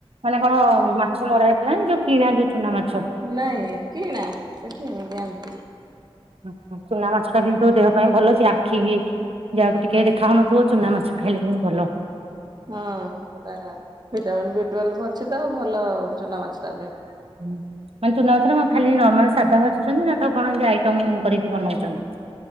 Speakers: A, on the right; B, on the right.
A: ମାନେ କଣ ମାଛ ମରା ହେଇଥିଲା ନା ଯୋଉ କିଣା ଯୋଉ ଚୁନା ମାଛ?
B: ନାଇଁ କିଣା ସେ କିଣିକି ଆଣିଥିଲେ।
A: ହୁଁ ହୁଁ ଚୁନା ମାଛ ତ କିନ୍ତୁ ଦେହ ପାଇଁ ଭଲ ସେ ଆଖିକି ଯାହାକୁ ଟିକେ ଦେଖାହଉନଥିବ ଚୁନା ମାଛ ଖାଇଲେ କିନ୍ତୁ ଭଲ।
B: ହଁ, ଟା ଭିଟାମିନ୍, ବି ଟୁଏଲ୍ଭ ଅଛି ତ ଭଲ ଚୁନା ମାଛଟା ଦେହ ପାଇଁ।
A: ହୁଁ, ମାନେ ଚୁନା ମାଛରେ କଣ ଖାଲି ନର୍ମାଲ ସାଧା ଭାଜୁଛନ୍ତି ନା ତାକୁ କଣ ଏମିତି ଆଇଟମ କରିକି ବନଉଛନ୍ତି?